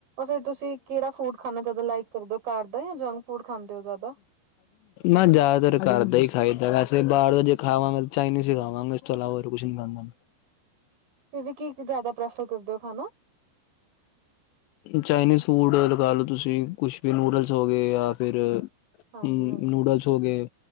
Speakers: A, on the right (about 50°); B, on the left (about 80°).
A: ਫਿਰ ਤੁਸੀਂ, ਕਿਹੜਾ ਫੂਡ ਖਾਣਾ ਜ਼ਿਆਦਾ ਲਾਈਕ ਕਰਦੇ ਹੋ ਘਰ ਦਾ, ਜਾਂ ਜੰਕ ਫੂਡ ਖਾਂਦੇ ਹੋ ਜ਼ਿਆਦਾ?
B: ਮੈਂ ਜਿਆਦਾਤਰ ਕਰ ਦਾ ਹੀ ਖਾਈਦਾ, ਵੈਸੇ ਬਾਹਰ ਖਾਵਾਂਗੇ, ਚਾਈਨੀਜ਼ ਹੀ ਖਾਵਾਂਗੇ। ਇਸ ਤੋ ਇਲਾਵਾ, ਹੋਰ ਕੁਛ ਨੀ ਖਾਦਾਂ।
A: ਫਿਰ ਵੀ, ਕੀ ਜ਼ਿਆਦਾ ਪ੍ਰੈਫਰ ਕਰਦੇ ਹੋ ਖਾਣਾ?
B: ਚਾਈਨੀਜ਼ ਫੂਡ ਲਗਾ ਲਓ ਤੁਸੀਂ, ਕੁਛ ਵੀ ਨੂਡਲਸ ਹੋ ਗਏ ਜਾਂ ਫਿਰ
A: ਹਾਂਜੀ
B: ਹਮ
A: ਹਾਂਜੀ
B: ਨੂਡਲਸ ਹੋ ਗਏ,